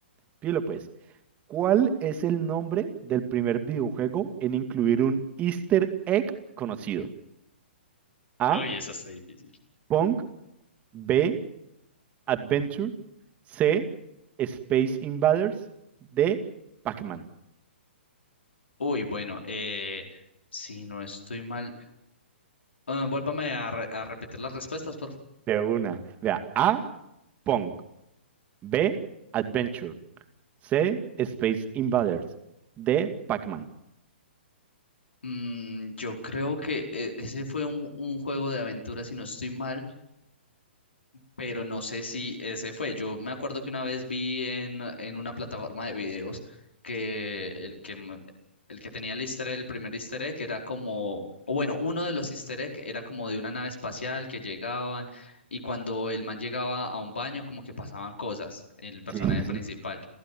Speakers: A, on the right; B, on the left.
A: Pilo, pues. ¿Cuál es el nombre del primer videojuego en incluir un Easter egg conocido? A.
B: Uy, eso está difícil.
A: Pong. B. Adventure. C. Space Invaders. D. Pac-Man.
B: Uy, bueno, eh, si no estoy mal, ah, vuélvame a, re- a repetir las respuestas, por favor.
A: De una. Vea, A. Pong. B. Adventure. C. Space Invaders. D. Pac-Man.
B: Mm, yo creo que eh, ese fue un, un juego de aventura, si no estoy mal. pero no sé si ese fue. Yo me acuerdo que una vez vi en, en una plataforma de videos que el que, m- el que tenía el easter egg, el primer easter egg, era como, o bueno, uno de los easter egg era como de una nave espacial que llegaban y cuando el man llegaba a un baño como que pasaban cosas, el personaje
A: Sí, sí,
B: principal.
A: sí.